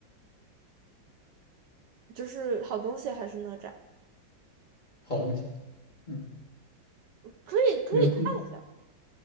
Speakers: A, on the right; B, on the left.
A: 就是好东西还是哪吒，
B: 好东西。嗯，
A: 可以可以看一下。
B: 哪